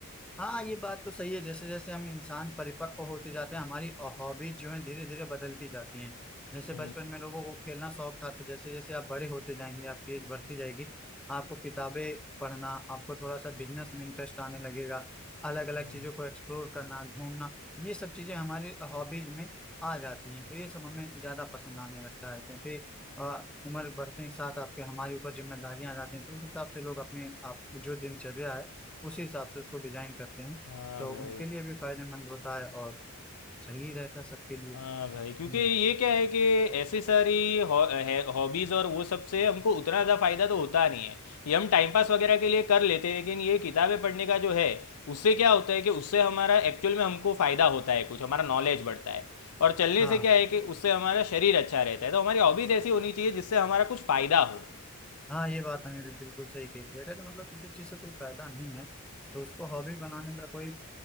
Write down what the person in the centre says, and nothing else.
हाँ ये बात तो सही है जैसे जैसे हम इंसान परिपक्व होते जाते हैं हमारी हॉबीज जो है धीरे धीरे बदलती जाती हैं जैसे
बचपन में लोगों को खेलना शौक था तो जैसे जैसे आप बड़े होते जाएंगे आपकी एज बढ़ती जाएगी आपको किताबें पढ़ना आपको थोड़ा सा बिजनेस में इंटरेस्ट आने लगेगा अलग अलग
चीजों को एक्सप्लोर करना घूमना ये सब चीजें हमारी हॉबीज में आ जाती हैं तो ये सब हमें ज्यादा पसंद आने लगता है क्योंकि अ, उम्र बढ़ने के साथ आपके हमारे ऊपर जिम्मेदारियां आ जाती हैं तो उस हिसाब से लोग अपने आप जो दिनचर्या है उसी हिसाब से उसको डिजाइन करते हैं
तो
उनके लिए भी फायदेमंद होता है और सही रहता है सबके लिए
हम्म,
हाँ
हाँ ये बात हमने भी बिल्कुल सही कही कि अगर तो मतलब किसी चीज़ से कोई फायदा नहीं है तो उसको हॉबी बनाने का कोई